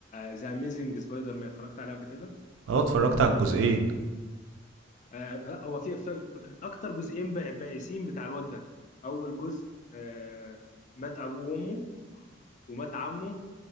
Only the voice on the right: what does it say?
اه اتفرجت على الجزئين